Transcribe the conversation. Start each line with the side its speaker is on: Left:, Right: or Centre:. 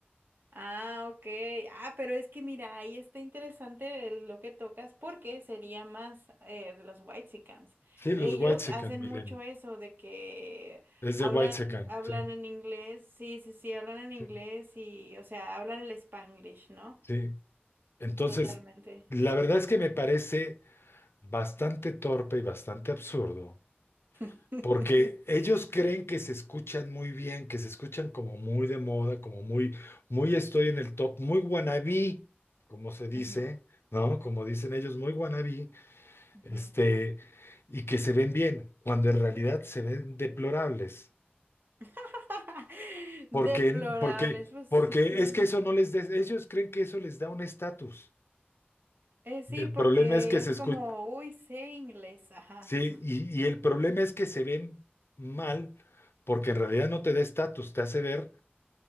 Right: Ah, ok. Ah, pero es que mira, ahí está interesante el- lo que tocas porque sería más eh, de los Whitexicans.
Left: Sí,
Right: Ellos
Left: los Whitexicans,
Right: hacen
Left: Milena.
Right: mucho eso de que
Left: Es de
Right: hablan,
Left: Whitexicans,
Right: hablan
Left: sí,
Right: en inglés, sí, sí, sí, hablan en
Left: sí,
Right: inglés y, o sea, hablan el Spanglish, ¿no?
Left: sí. Entonces,
Right: Totalmente.
Left: la verdad es que me parece bastante torpe y bastante absurdo,
Right: <laughs>
Left: porque ellos creen que se escuchan muy bien, que se escuchan como muy de moda, como muy, muy estoy en el top, muy wannabe, como se dice,
Right: Ujú,
Left: ¿no? Como dicen ellos, muy wannabe,
Right: ujú.
Left: este, y que se ven bien, cuando en realidad se ven deplorables.
Right: <laughs>
Left: Porque,
Right: Deplorables,
Left: porque,
Right: pues
Left: porque
Right: es un-
Left: es que eso no les da, ellos creen que eso les da un estatus.
Right: eh, sí,
Left: Y el
Right: porque
Left: problema es que se
Right: es
Left: escu-
Right: como, uy, sé inglés, ajá.
Left: sí, y, y el problema es que se ven mal, porque en realidad no te da estatus, te hace ver